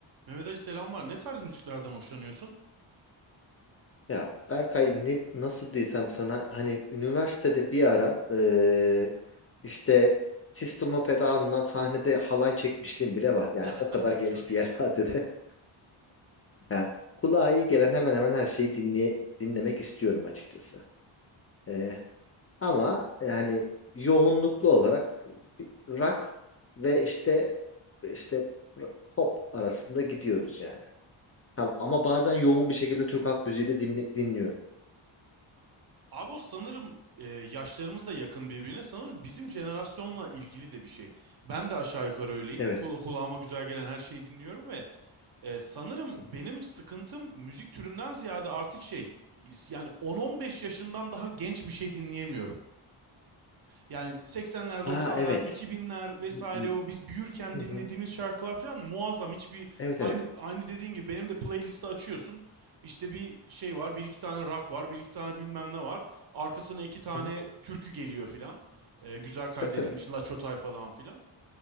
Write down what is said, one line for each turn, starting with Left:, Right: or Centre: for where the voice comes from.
Right: Mehmet Ali selam var. Ne tarz müziklerden hoşlanıyorsun?
Left: Ya Berkay ne, nasıl desem sana hani üniversitede bir ara eee, işte System of a Down'la sahnede halay çekmişliğim bile var. Yani
Right: <laughs>
Left: o kadar geniş
Right: Çok iyi.
Left: bir yelpazede. <laughs> Yani kulağa iyi gelen hemen hemen her şeyi dinley dinlemek istiyorum açıkçası. Eee, ama yani yoğunluklu olarak rock ve işte işte pop arasında gidiyoruz yani. Ha, ama bazen yoğun bir şekilde Türk halk müziği de dinli- dinliyorum.
Right: Abi o sanırım e, yaşlarımız da yakın birbirine. Sanırım bizim jenerasyonla ilgili de bir şey. Ben de aşağı yukarı öyleyim.
Left: Evet.
Right: Kula- kulağıma güzel gelen her şeyi dinliyorum ve e, sanırım
Left: Hı hı.
Right: benim sıkıntım müzik türünden ziyade artık şey yani 10-15 yaşından daha genç bir şey dinleyemiyorum. Yani 80'ler, 90'lar,
Left: Aa evet.
Right: 2000'ler vesaire
Left: Hı hı.
Right: o biz büyürken
Left: Hı
Right: dinlediğimiz
Left: hı.
Right: şarkılar falan muazzam. Hiçbir
Left: Evet
Right: aynı
Left: evet.
Right: aynı dediğin gibi benim de playlisti açıyorsun. İşte bir şey var, bir iki tane rock var, bir iki tane bilmem ne var. Arkasına iki tane
Left: Hı hı.
Right: türkü geliyor filan. Ee, güzel kaydedilmiş
Left: Tabii tabii.
Right: La Çotay falan filan.